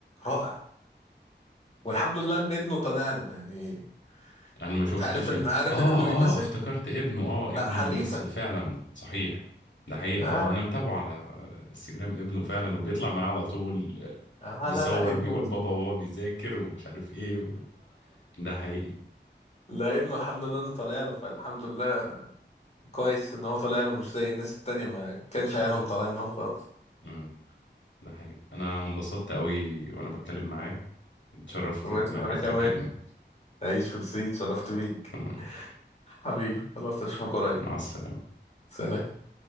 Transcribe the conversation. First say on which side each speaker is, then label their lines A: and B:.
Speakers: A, on the left (about 35°); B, on the left (about 80°).
A: رائع والحمد لله ان ابنه طلع له يعني
B: انا ما شفتش
A: انت عارف ان
B: اب...
A: عارف
B: اه
A: ان ابنه بيمثل
B: اه افتكرت ابنه اه
A: بتاع
B: ابنه
A: الحريفة
B: ممثل فعلا صحيح ده حقيقة
A: ها
B: اه انا متابعه على انستجرام ابنه فعلا وبيطلع معاه على طول
A: اه
B: بيصور
A: لا لا ابنه
B: بيقول بابا
A: <laughs>
B: وهو بيذاكر ومش عارف ايه و... ده حقيقي
A: لا ابنه الحمد لله انه طالع له فالحمد لله كويس ان هو طالع له مش زي الناس التانية ما كانش عيالهم طالعين لهم خالص
B: امم ده حقيقي انا انبسطت قوي وانا بتكلم معاك اتشرفت
A: الله
B: بمعرفتك
A: يسلم انا كمان
B: يعني
A: عيش ورسيد شرفت بيك
B: تمام.
A: حبيبي خلاص اشوفك قريب
B: مع السلامة
A: سلام